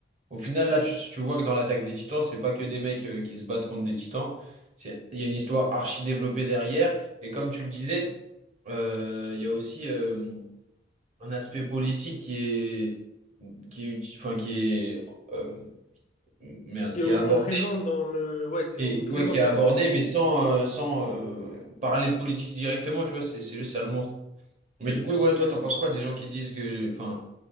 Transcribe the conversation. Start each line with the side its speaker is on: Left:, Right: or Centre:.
Right: Au final, là, tu, tu vois que dans l'attaque des Titans, c'est pas que des mecs euh, qui se battent contre des Titans. C'est, il y a une histoire archi développée derrière. Et comme tu le disais, euh, il y a aussi euh, un aspect politique qui est, qui est, uti- enfin, qui est, euh, merde,
Left: Qui
Right: qui
Left: est omniprésent
Right: est abordé,
Left: dans le. Ouais, c'est
Right: et-
Left: omniprésent
Right: ouais, qui
Left: carrément
Right: est abordé,
Left: même.
Right: mais sans, euh, sans euh, parler de politique directement, tu vois, c'est c'est juste ça le montre. Mais du coup, ouais, toi, t'en penses quoi des gens qui disent que, enfin,